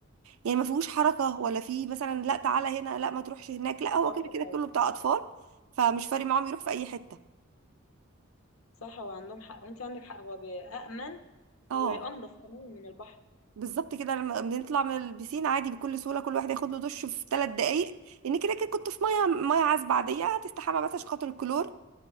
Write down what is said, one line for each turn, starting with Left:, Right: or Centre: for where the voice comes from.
Right: يعني ما فيهوش حركة ولا فيه مثلا لا تعالى هنا لا ما تروحش هناك لا هو
Left: خطر
Right: كده كده كله
Left: اه
Right: بتاع
Left: مش
Right: أطفال
Left: خطر.
Right: فمش فارق معاهم يروح في أي حتة
Left: صح هو عندهم حق وانت عندك حق هو بي- أأمن
Right: اه
Left: وأنضف كمان من البحر
Right: بالظبط كده لما بنطلع من البسين عادي بكل سهولة كل واحد ياخد له دش في ثلاث دقايق لأن كده كده كنت في مية مية عذبة عادية هتستحمى بس عشان خاطر الكلور